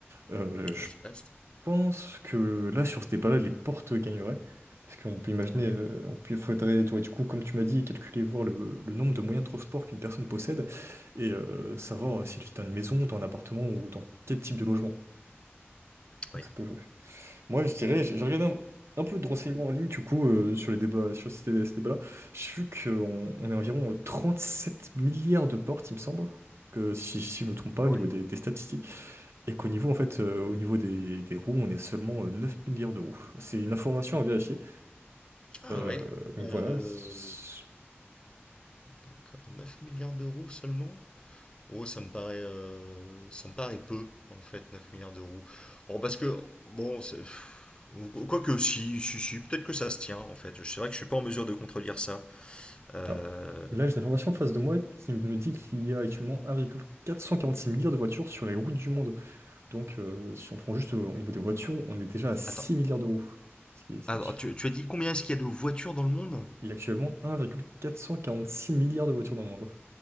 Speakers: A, on the right; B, on the left.
A: euh, je
B: Ah oui, c'est vaste.
A: pense que là, sur ce débat-là, les portes gagneraient. Parce qu'on peut imaginer,
B: Ouais.
A: euh, on peut- faudrait, tu vois, du coup, comme tu m'as dit, calculer, voir le, le nombre de moyens de transport qu'une personne possède et euh, savoir euh, s'il vit dans une maison, dans un appartement ou dans quel type de logement. Donc
B: Oui.
A: ça peut jouer. Moi, je dirais, j'ai j'ai regardé un, un peu de renseignements en ligne, du coup, euh, sur les débats, sur ces, ces débats-là. J'ai vu qu'on on est environ euh, sept milliards de portes, il me semble, que si, si je me trompe pas,
B: Ah
A: au niveau
B: ouais.
A: des des statistiques et qu'au niveau, en fait, euh, au niveau des, des roues, on est seulement euh, 9 milliards de roues. C'est une information à vérifier.
B: Ah
A: Euh,
B: ouais.
A: donc
B: Euh,
A: voilà. C'est-
B: D'accord, Neuf milliards d'euros seulement? Oh, ça me paraît, euh, ça me paraît peu, en fait, 9 milliards d'euros. Bon, parce que, bon, c'est- pff, ou- quoique si, si, si, peut-être que ça se tient, en fait. C'est vrai que je suis pas en mesure de contredire ça. Euh,
A: Alors, là, j'ai l'information en face de moi qui me dit qu'il y a actuellement un virgule quatre cent quarante-six milliards de voitures sur les routes du monde. Donc, euh, si on prend juste euh, au niveau des voitures, on est déjà à 6
B: attends,
A: milliards de roues, ce qui est, ce
B: Alors,
A: qui est un chiffre.
B: tu, tu as dit combien est-ce qu'il y a de voitures dans le monde?
A: Il y a actuellement un virgule quatre cent quarante-six milliards de voitures dans le monde.